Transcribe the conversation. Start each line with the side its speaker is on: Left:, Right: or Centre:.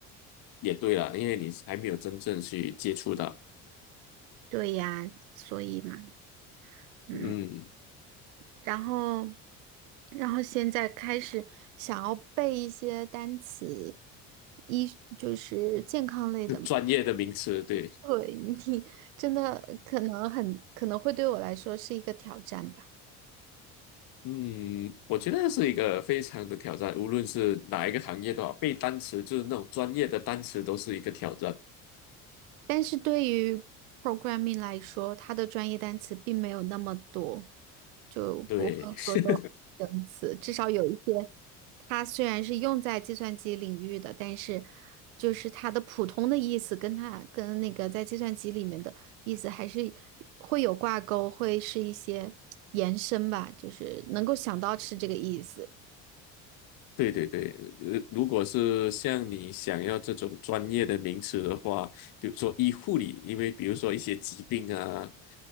Left: 也对啦，因为你还没有真正去接触到。
Right: 对呀，所以嘛，嗯，
Left: 嗯，
Right: 然后，然后现在开始想要背一些单词，一，就是健康类的嘛
Left: 是专业的名词，对，
Right: 对，你真的可能很可能会对我来说是一个挑战吧。
Left: 嗯，我觉得是一个非常的挑战，无论是哪一个行业的话，背单词就是那种专业的单词都是一个挑战。
Right: 但是对于 programming 来说，它的专业单词并没有那么多，就不会说都是生词。
Left: 对，<laughs>
Right: 至少有一些，它虽然是用在计算机领域的，但是就是它的普通的意思跟它跟那个在计算机里面的意思还是会有挂钩，会是一些延伸吧，就是能够想到是这个意思。
Left: 对对对，呃如果是像你想要这种专业的名词的话，比如说医护理，因为比如说一些疾病啊，